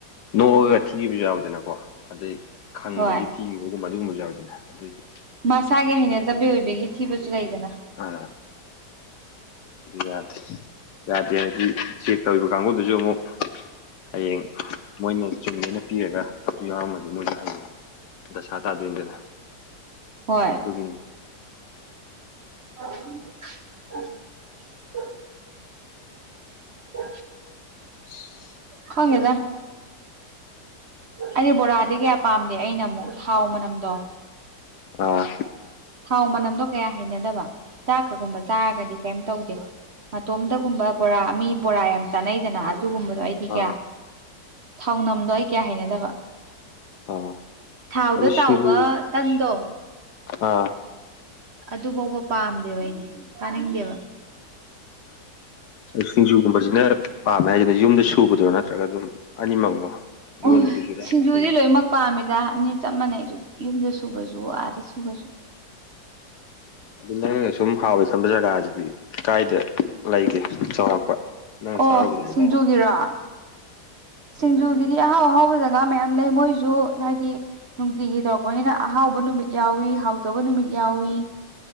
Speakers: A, on the left (about 70°); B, on the right (about 50°).
A: ꯅꯣꯛꯑꯒ ꯊꯤꯕꯁꯨ ꯌꯥꯎꯗꯅꯀꯣ ꯑꯗꯩ ꯈꯪꯕꯒꯤ
B: ꯍꯣꯏ
A: ꯊꯤꯌ ꯑꯗꯨꯒꯨꯝꯕꯁꯨ ꯌꯥꯎꯏꯗꯅ ꯑꯗꯨꯏꯖꯨ
B: ꯃꯁꯥꯒꯤ ꯍꯩꯅꯖꯕꯤ ꯑꯣꯏꯕꯤꯒꯤ ꯊꯤꯕꯁꯨ ꯂꯩꯗꯅ
A: ꯑ ꯌꯥꯦ ꯌꯥꯗꯤ ꯍꯥꯏ ꯆꯦꯛ ꯇꯧꯔꯤꯕ ꯀꯥꯡꯕꯨꯗꯨꯁꯨ ꯑꯃꯨꯛ ꯍꯌꯦꯡ ꯃꯣꯏꯅ ꯆꯨꯝꯃꯦꯅ ꯄꯤꯔꯒ ꯑꯗꯨ ꯌꯥꯎꯔꯝꯃꯗꯤ ꯃꯣꯏꯁꯨ ꯍꯌꯦꯅꯤ ꯗꯁꯥ ꯇꯥꯗꯣꯏꯅꯗꯅ
B: ꯍꯣꯏ
A: ꯒꯤꯅꯤ
B: ꯎ ꯎ
A: ꯁ
B: ꯍꯉꯦꯗ ꯑꯩꯗꯤ ꯕꯣꯔꯥꯗꯤ ꯀꯌꯥ ꯄꯥꯝꯗꯦ ꯑꯩꯅ ꯑꯃꯨꯛ ꯊꯥꯎ ꯃꯅꯝꯗꯣ
A: ꯑ
B: ꯊꯥꯎ ꯃꯅꯝꯗꯣ ꯀꯌꯥ ꯍꯩꯅꯗꯕ ꯆꯥꯛꯀꯒꯨꯝꯕ ꯆꯥꯔꯒꯗꯤ ꯀꯩꯝ ꯇꯧꯗꯦ ꯃꯇꯣꯝꯗꯒꯨꯝꯕ ꯕꯣꯔꯥ ꯃꯤ ꯕꯣꯔꯥ ꯌꯥꯝ ꯆꯥꯅꯩꯗꯅ ꯑꯗꯨꯒꯨꯝꯕꯗꯣ ꯑꯩꯗꯤ
A: ꯑꯥ
B: ꯀꯌꯥ ꯊꯥꯎꯅꯝꯗꯣ ꯑꯩ ꯀꯌꯥ ꯍꯥꯏꯅꯗꯕ
A: ꯑꯥ
B: ꯊꯥꯎꯗ
A: ꯑꯗꯨ ꯁꯤꯡꯖꯨ
B: ꯇꯥꯎꯕ ꯇꯟꯗꯣ
A: ꯑꯥ
B: ꯑꯗꯨ ꯐꯥꯎꯕ ꯄꯥꯝꯗꯦꯕ ꯑꯩꯗꯤ ꯆꯥꯅꯤꯡꯗꯦꯕ
A: ꯁꯤꯡꯖꯨꯒꯨꯝꯕꯖꯤꯅ ꯄꯥꯝꯃꯦ ꯍꯥꯏꯁꯤꯅ ꯌꯨꯝꯗ ꯁꯨꯕꯗ꯭ꯔꯣ ꯅꯠꯇ꯭ꯔꯒ ꯑꯗꯨꯝ ꯑꯅꯤꯃꯛꯂꯣ ꯌꯣꯟꯕꯗꯨꯁꯨꯔꯥ
B: ꯑꯣ ꯁꯤꯡꯖꯨꯗꯤ
A: ꯁꯨꯝ
B: ꯂꯣꯏꯃꯛ ꯄꯥꯝꯃꯤꯗ ꯑꯅꯤ ꯆꯞ ꯃꯥꯟꯅꯩ ꯑꯗꯨꯗꯤ ꯌꯨꯝꯗ ꯁꯨꯕꯁꯨ ꯑꯥꯗ ꯁꯨꯕꯁꯨ
A: ꯑꯗꯨ ꯅꯪꯅꯒ ꯁꯨꯝ ꯍꯥꯎꯋꯦ ꯈꯟꯕ ꯖꯒꯥꯁꯤꯗꯤ ꯀꯥꯏꯗ ꯂꯩꯒꯦ ꯆꯥꯎꯔꯥꯛꯄ ꯅ
B: ꯑꯣ
A: ꯁꯔꯨ ꯀ
B: ꯁꯤꯡꯖꯨꯒꯤꯔꯣ
A: ꯇꯔ
B: ꯁꯤꯡꯖꯨꯒꯤꯗꯤ ꯑꯍꯥꯎ ꯑꯍꯥꯎꯕ ꯖꯒꯥ ꯃꯌꯥꯝ ꯂꯩ ꯃꯣꯏꯁꯨ ꯍꯥꯏꯗꯤ ꯅꯨꯡꯇꯤꯒꯤ ꯇꯧꯔꯛꯄꯅꯤꯅ ꯑꯍꯥꯎꯕ ꯅꯨꯃꯤꯠ ꯌꯥꯎꯏ ꯍꯥꯎꯗꯕ ꯅꯨꯃꯤꯠ ꯌꯥꯎꯏ